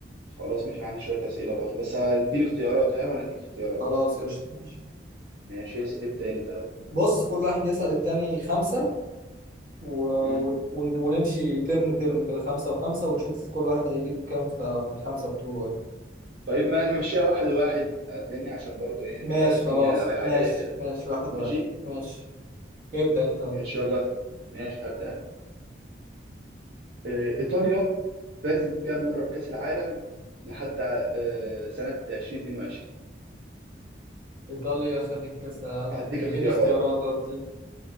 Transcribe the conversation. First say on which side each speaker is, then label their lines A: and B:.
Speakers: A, on the right; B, on the right.
A: خلاص ماشي انا عندي شويه اسئله برضه بس هديني اختيارات ها وانا اديك اختيارات
B: خلاص قشطه ماشي
A: ماشي اس- ابدا انت
B: بص كل واحد يسال التاني خمسه و... و...
A: مم.
B: ون- ونمشي ترن ترن كده خمسه وخمسه ونشوف كل واحد هيجيب كام ف- في الخمسه بتوعه يعني
A: طيب ما نمشيها واحد واحد فاهمني عشان برضه ايه
B: ماشي
A: تبقى الدنيا
B: خلاص
A: رايحه
B: ماشي
A: جايه كده
B: ماشي واحد واحد
A: ماشي
B: ماشي ابدا انت
A: ماشي يلا ماشي هبدا انا آه، ايطاليا فازت كام مره بكاس العالم لحد آه، سنه 2022
B: إيطاليا خدت كأس العالم
A: هديك
B: اديني
A: اختيارات
B: اختيارات ادي